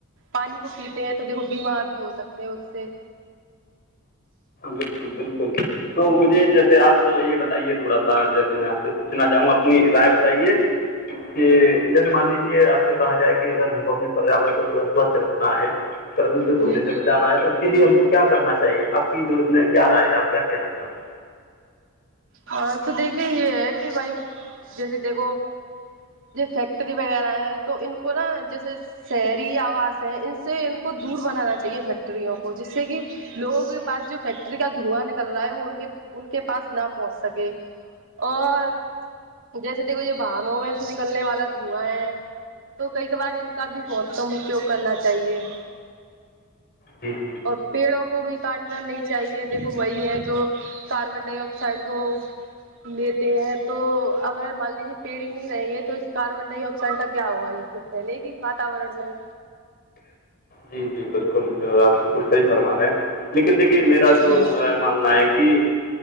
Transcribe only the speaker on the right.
پانی کو پیتے ہیں تو دیکھو بیمار بھی ہو سکتے ہیں اس سے
جی
ہاں تو دیکھے یہ ہے کہ بھائی جیسے دیکھو ج فیکٹری وغیرہ تو ان کو نا جیسے شہری آوس ہے ان سے ان کو دور بنانا چاہیے فیکٹریوں کو جس سے کہ لووں کے پاس جو فیکٹری کا دھواں نکل رہا ہے وہ ان کے پاس نہ پہنچ سکے اور جیسے دیکھو یہ بہانوں میں ایسے نکلنے والا دھواں ہے تو کئی کبار ان کا بھی بہت کم اپیوگ کرنا چاہیے
اور پیڑوں کو بھی کاٹنا نہیں چاہیے دیکھو وہی ہے جو کاربن ڈائی سائڈ کو <unintelligible> لیتے ہیں تو اگر مان لیجیے پیڑ ہی نہیں رہیں گے تو اس کاربن ڈائی آکسائڈ کا کیا ہوگا یہ پھر چلے گی واتاورن میں
جی